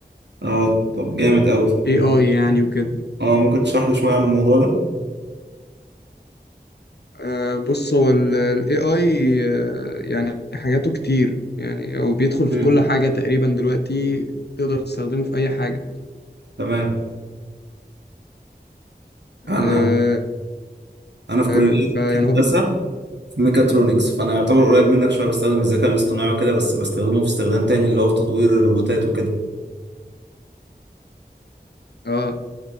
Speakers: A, on the right; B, on the left.
A: اه طب جامد قوي
B: اي
A: ممكن تشرح-
B: يعني وكده
A: اه ممكن تشرح لي شوية عن الموضوع ده
B: آه، بص هو الاي اي يعني حاجاته كتير يعني هو بيدخل في
A: امم
B: كل حاجة تقريبا دلوقتي تقدر تستخدمه في اي حاجة
A: تمام انا
B: آه،
A: انا في كلية
B: آه، فيعني
A: هندسة
B: هو بي...
A: في ميكاترونكس فانا يعتبر قريب منك شوية بستخدم الذكاء الاصطناعي وكده بس بستخدمه في استخدام تاني اللي هو في تطوير الروبوتات وكده
B: اه